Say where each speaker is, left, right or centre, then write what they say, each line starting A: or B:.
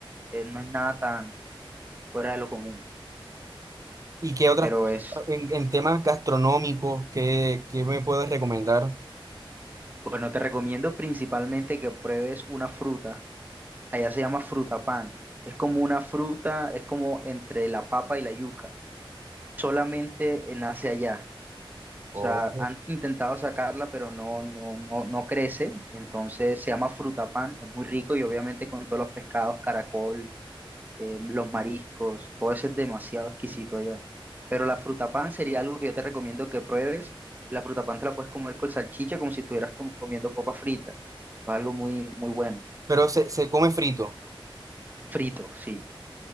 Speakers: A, on the right; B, on the right.
A: Eh, no es nada tan fuera de lo común,
B: ¿Y qué otras,
A: pero es,
B: en, en temas gastronómicos, qué, qué me puedes recomendar?
A: bueno, te recomiendo principalmente que pruebes una fruta. Allá se llama fruta pan. Es como una fruta, es como entre la papa y la yuca. solamente eh, nace allá. O
B: Oh.
A: sea, han intentado sacarla, pero no, no, no, no crece. Entonces se llama frutapán, es muy rico y obviamente con todos los pescados, caracol, eh, los mariscos, todo eso es demasiado exquisito allá. Pero la frutapán sería algo que yo te recomiendo que pruebes. La frutapán te la puedes comer con salchicha como si estuvieras com- comiendo papa frita. Es algo muy, muy bueno.
B: Pero se, se come frito.
A: Frito, sí.